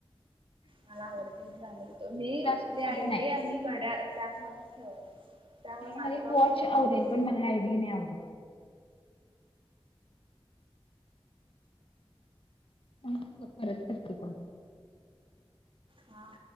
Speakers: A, on the right; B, on the left.
A: मला आवडते मी घालत होतो मी
B: क्लासरूम
A: त्या
B: मध्ये
A: आयडी
B: नाही
A: आणि घड्याळ सॅक मध्येच ठेवायचो. त्यामुळे
B: मला
A: माझं
B: एक
A: कवा
B: वॉच
A: विसरत
B: आवडेल
A: नव्हतं.
B: पण मला आयडी नाही आवडत. हम्म परत करते कॉल.
A: हा